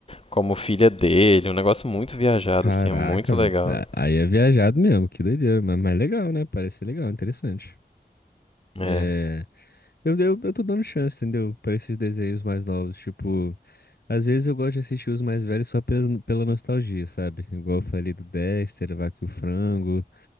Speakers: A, on the left; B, on the left.
A: como filha dele, um negócio muito viajado
B: Caraca,
A: assim, é muito legal.
B: velho. É, aí é viajado mesmo, que doideira, mas, mas legal, né? Parece ser legal, interessante.
A: É.
B: É, eu, eu, eu tô dando chance, entendeu? Pra esses desenhos mais novos, tipo, às vezes eu gosto de assistir os mais velhos só pela, pela nostalgia, sabe? Igual eu falei do Dexter, Vaca e o Frango.